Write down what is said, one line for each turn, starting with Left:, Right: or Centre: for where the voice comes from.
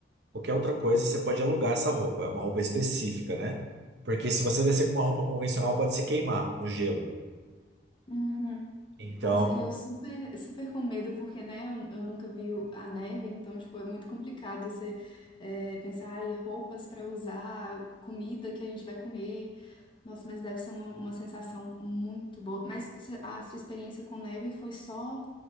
Right: qualquer outra coisa, você pode alugar essa roupa. É uma roupa específica, né? Porque se você descer com uma roupa convencional, pode se queimar no gelo.
Left: Uhum.
Right: Então.
Left: Nossa, e eu super, super com medo, porque, né, eu, eu nunca vi o- a neve, então, tipo, é muito complicado você é, pensar, ai, roupas para usar, comida que a gente vai comer. Nossa, mas deve ser uma, uma sensação muito boa. Mas você- a sua experiência com neve foi só